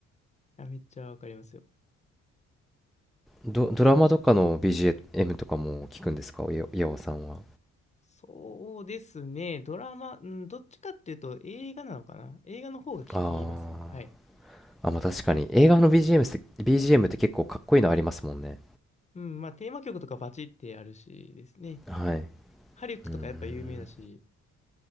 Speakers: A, on the left; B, in the centre.
A: や、めっちゃわかりますよ。
B: ド、ドラマとかの BGM とかも聞くんですか、およ岩尾さんは。
A: そうですね。ドラマ、うん、どっちかっていうと映画なのかな。映画の方が効きますね。
B: あ
A: はい。
B: あ。あ、まあ確かに。映画の BGM って、BGM って結構かっこいいのありますもんね。
A: うん、まあテーマ曲とかバチってあるしですね。
B: はい。
A: ハリウッドとかやっぱ有名だし。
B: うーん。